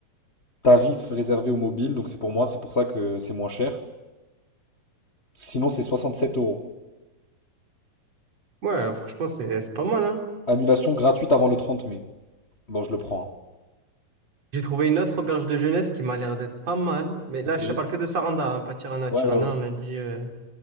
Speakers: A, on the left; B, on the right.
A: tarif réservé aux mobiles, donc c'est pour moi, c'est pour ça que c'est moins cher. Sinon, c'est 67 euros.
B: Ouais, franchement, c'est c'est pas mal. hein.
A: Annulation gratuite avant le 30 mai. Bon, je le prends.
B: J'ai trouvé une autre auberge de jeunesse qui m'a l'air d'être pas mal. Mais là,
A: hein.
B: je te parle
A: Ok.
B: que de Saranda, hein, pas Tirana.
A: Ouais,
B: Tirana,
A: ouais, ouais.
B: on a dit. euh,